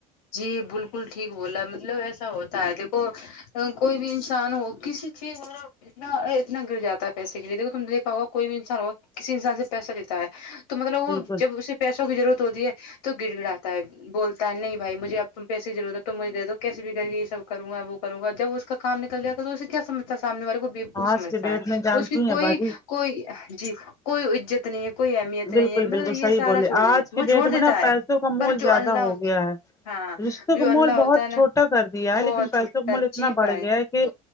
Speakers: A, on the left; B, on the left.
A: جی بلکل ٹھیک بولا مطلب ایسا ہوتا ہے دیکھو کوئی بھی انسان ہو کسی چیز اتنا اتنا گر جاتا ہے پیسے کے لیے دیکھو تم نے دیکھا ہوگا کوئی بھی انسان ہوگا کسی انسان سے پیسہ لیتا ہے تو مطلب وہ
B: بالکل
A: جب اسے پیسوں کی ضرورت ہوتی ہے تو گڑ گڑاتا ہے بولتا ہے نہیں بھائی مجھے اب تم پیسے کی ضرورت ہے تو مجھے دو کیسی بھی کرکے یہ سب کروں گا وہ کروں گا جب اسکا کام نکل جاتا ہے تو اسے کیاسمجھتاہے سامنے والے کو بےوقوف سمجھتا
B: آج کے ڈیٹ
A: ہے
B: میں جانتی
A: اس کی
B: ہیں
A: کوئی
B: باجی
A: کوئی جی کوئی عزت نہیں ہے کوئی اہمیت نہیں
B: بالکل
A: ہے مطلب
B: بالکل
A: یہ
B: صحیح
A: سارا
B: بولے
A: چھوڑ
B: آج
A: دیتا ہے
B: کے
A: وہ
B: ڈیٹ
A: چھوڑ دیتا
B: میں نا
A: ہے
B: پیسوں کا مول
A: پر جو
B: زیادہ
A: اللہ
B: ہو گیا ہے
A: ہاں
B: رشتوں
A: جو
B: کا
A: اللہ
B: مول بہت
A: ہوتا ہے نا
B: چھوٹا کر دیا ہے
A: بہت
B: لیکن
A: چھوٹا
B: پیسوں کا مول اتنا
A: جی
B: بڑھ
A: بھائی
B: گیا ہے کہ